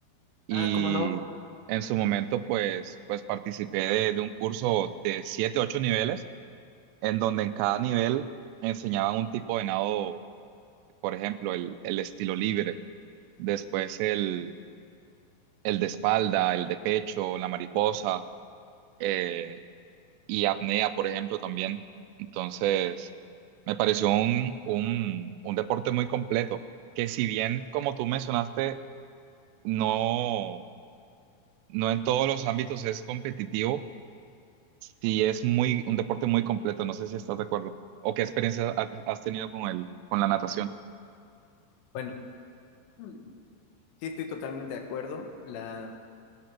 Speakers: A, on the right; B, on the left.
A: y
B: Ah, ¿cómo no?
A: en su momento pues, pues participé de, de un curso de siete, ocho niveles, en donde en cada nivel enseñaban un tipo de nado, por ejemplo, el, el estilo libre, después el, el de espalda, el de pecho, la mariposa eh, y apnea, por ejemplo, también. Entonces, me pareció un, un, un deporte muy completo, que si bien, como tú mencionaste, no, no en todos los ámbitos es competitivo, Sí, es muy, un deporte muy completo, no sé si estás de acuerdo. ¿O qué experiencia ha- has tenido con el, con la natación?
B: Bueno, Mm. sí estoy totalmente de acuerdo. La,